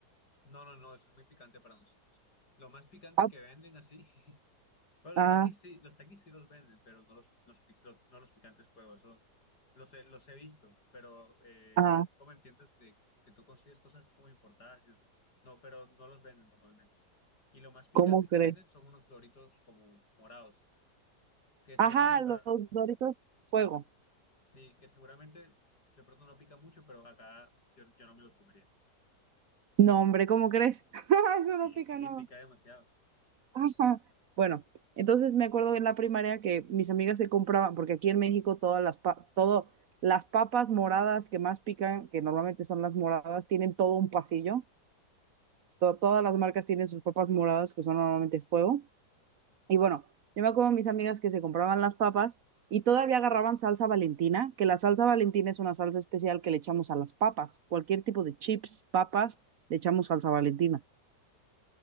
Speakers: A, on the left; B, on the right.
A: No, no, no, eso es muy picante para nosotros. Lo más picante
B: Ah,
A: que venden así, <laughs> bueno,
B: ah,
A: los taquis sí, los taquis sí los venden, pero no los, los, pic- los- no los picantes fuego, eso los he, los he visto, pero eh,
B: ah,
A: así como entiendes de que, que tú consigues cosas así como importadas y eso, no, pero no los venden normalmente. Y lo más picante
B: ¿cómo crees?
A: que venden son unos doritos como morados. que seguramente
B: Ajá,
A: para,
B: los Doritos fuego.
A: sí, que seguramente de pronto no pica mucho, pero acá yo, yo no me los comería.
B: No, hombre, ¿cómo crees? <laughs> Eso
A: Sí,
B: no pica
A: sí,
B: nada.
A: pica demasiado.
B: Ajá. Bueno, entonces me acuerdo en la primaria que mis amigas se compraban, porque aquí en México todas las, pa- todo, las papas moradas que más pican, que normalmente son las moradas, tienen todo un pasillo. To- todas las marcas tienen sus papas moradas, que son normalmente fuego. Y bueno, yo me acuerdo de mis amigas que se compraban las papas y todavía agarraban salsa Valentina, que la salsa Valentina es una salsa especial que le echamos a las papas. Cualquier tipo de chips, papas, le echamos salsa Valentina.